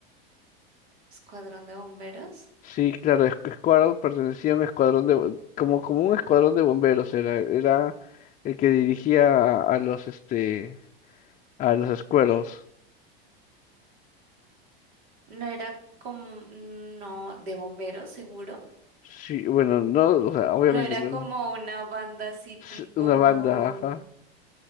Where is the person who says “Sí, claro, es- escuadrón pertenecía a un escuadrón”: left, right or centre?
Left